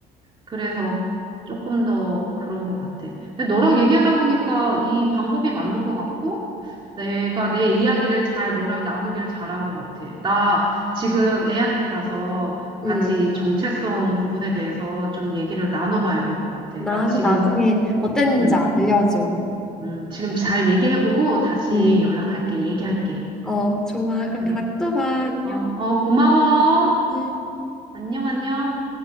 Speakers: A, on the right (about 30°); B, in the centre.
A: 그래서 조금 더 그런 것 같아. 근데 너랑 얘기하다 보니까 이 방법이 맞는 것 같고, 내가 내 이야기를 잘 너랑 나누기를 잘한 것 같아. 나 지금 애한테 가서 같이
B: 음.
A: 정체성 부분에 대해서 좀 얘기를 나눠봐야 될 것 같아.
B: 나한테
A: 나 지금,
B: 나중에 어땠는지
A: 음,
B: 알려줘.
A: 음, 지금 잘 얘기해보고 다시
B: 응.
A: 연락할게. 얘기할게.
B: 어, 좋아. 그럼
A: 그래.
B: 다음에 또 봐. 안녕.
A: 어, 어, 고마워.
B: 음.
A: 안녕, 안녕.